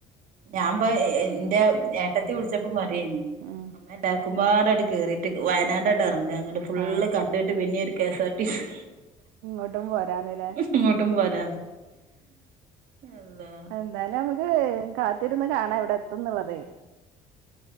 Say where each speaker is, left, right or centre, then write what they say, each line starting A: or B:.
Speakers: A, on the right; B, on the right.
A: ഞാൻപൊ എന്റെ ഏ ട്ടത്തി വിളിച്ചപ്പോ പറയെനി
B: ഉം
A: എല്ലാക്കുമാടായിട്ട് കേറിയിട്ട് വയനാടായങ്ങ് ഇറങ്ങ നിട്ട് ഫുള്ള്കണ്ടിട്ട്
B: ആഹ്
A: പിന്നെരു K S R T C
B: ഇങ്ങോട്ടും പോരാന്നല്ലേ
A: ഇങ്ങോട്ടും പോരാന്ന് അള്ളാ
B: എന്തായാലും നമുക്ക് കാത്തിരുന്ന് കാണാം എവ്ടെ തുന്നുള്ളതേ
A: ഉം